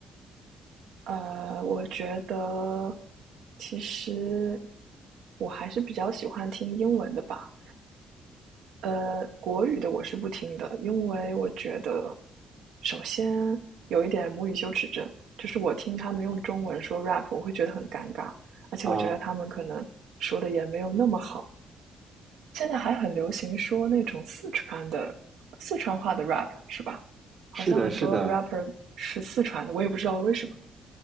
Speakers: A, on the right; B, on the right.
A: 呃，我觉得其实我还是比较喜欢听英文的吧。呃，国语的我是不听的，因为我觉得首先有一点母语羞耻症，就是我听他们用中文说 rap，我会觉得很尴尬，而且我觉得他们可能说的也没有那么好。
B: 啊，
A: 现在还很流行说那种四川的四川话的 rap，是吧？好像很多
B: 是的，是的，
A: rapper 是四川的，我也不知道为什么。